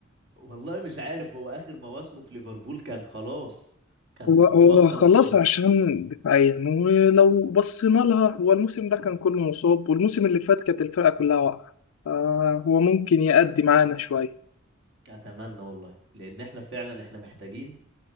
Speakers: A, on the right (about 60°); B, on the left (about 75°).
A: والله مش عارف هو اخر مواسمه في ليفربول كان خلاص كان
B: هو
A: بطل
B: هو خلاص
A: كوره
B: عشان دفاعيا ولو بصينا لها هو الموسم ده كان كله مصاب والموسم اللي فات كانت الفرقة كلها واقعة آه، هو ممكن يأدي معانا شوية
A: اتمنى والله لان احنا فعلا احنا محتاجين